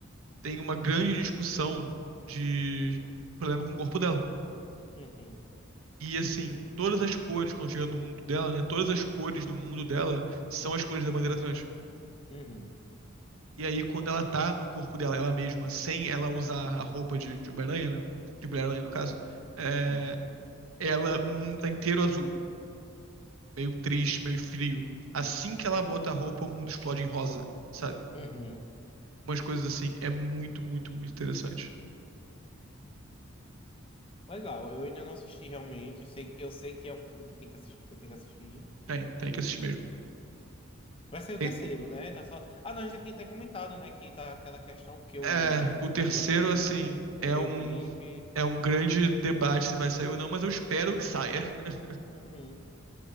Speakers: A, on the right; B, on the left.
A: tem uma grande discussão de problema com o corpo dela.
B: uhum,
A: E assim, todas as cores, quando chega no mundo dela, né? Todas as cores do mundo dela são as cores da bandeira trans.
B: uhum,
A: E aí, quando ela tá no corpo dela, ela mesma, sem ela usar a roupa de, de Homem-Aranha, né? De Mulher-Aranha, no caso, é,
B: uhum,
A: ela, o mundo tá inteiro azul, meio triste, meio frio. Assim que ela bota a roupa, o mundo explode em rosa, sabe?
B: uhum.
A: Umas coisas assim. É muito, muito, muito interessante.
B: Legal, eu ainda não assisti realmente. Sei, eu sei que é um filme que tem que assistir, que eu tenho que assistir.
A: Tem, tem que assistir mesmo.
B: Vai sair o
A: E,
B: terceiro, né? Tá só... Ah, não, a gente já tinha até comentado, né? Que tá aquela questão, porque o,
A: é, o terceiro,
B: o dublador é,
A: assim,
B: um, é
A: é
B: meio
A: um,
B: creepy.
A: é um grande debate se vai sair ou não, mas eu espero
B: Uhum,
A: que saia. <laughs>
B: uhum.